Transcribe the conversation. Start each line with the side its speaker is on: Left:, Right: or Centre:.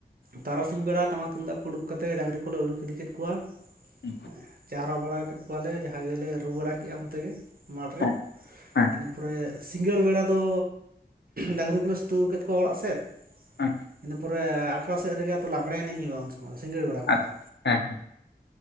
Right: ᱛᱟᱨᱟᱥᱤᱧ ᱵᱮᱲᱟ ᱴᱟᱢᱟᱠ ᱛᱩᱢᱫᱟᱜ ᱠᱚ ᱩᱰᱩᱠ ᱠᱟᱛᱮ ᱰᱟᱝᱨᱤ ᱠᱚᱞᱮ ᱩᱰᱩᱠ ᱤᱫᱤ ᱠᱮᱫ ᱠᱚᱣᱟᱼᱼ
Left: ᱦᱩᱸ
Right: ᱦᱮᱸ ᱪᱟᱨᱦᱟ ᱵᱟᱲᱟ ᱠᱮᱫ ᱠᱚᱣᱟ ᱞᱮ ᱡᱟᱦᱟᱸ ᱜᱮᱞᱮ ᱨᱩ ᱵᱟᱲᱟ ᱠᱮᱜ-ᱟ᱾ ᱚᱱᱛᱮ ᱜᱮᱼᱼ ᱢᱟᱴ ᱨᱮ
Left: ᱦᱮᱸ ᱦᱮᱸ
Right: ᱤᱱᱟᱹ ᱯᱚᱨᱮᱼᱼ ᱥᱤᱸᱜᱟᱹᱲ ᱵᱮᱲᱟ ᱫᱚ ᱰᱟᱝᱨᱤ ᱠᱚᱞᱮ ᱥᱩᱛᱩᱟᱹᱣ ᱠᱮᱫ ᱠᱚᱣᱟ ᱚᱲᱟᱜ ᱥᱮᱫᱼᱼ
Left: <unintelligible>
Right: ᱤᱱᱟᱹ ᱯᱚᱨᱮ ᱟᱠᱷᱲᱟ ᱥᱮᱫ ᱨᱮᱜᱮ ᱛᱚ ᱞᱟᱜᱽᱲᱮ ᱮᱱᱮᱡᱧ ᱦᱩᱭᱩᱜᱼᱟ ᱩᱱ ᱥᱚᱢᱚᱭ ᱫᱚ ᱥᱤᱸᱜᱟᱹᱲ ᱵᱮᱲᱟ ᱠᱷᱚᱱ
Left: ᱟᱪ
Right: ᱫᱚ᱾
Left: ᱦᱮᱸ ᱦᱮᱸ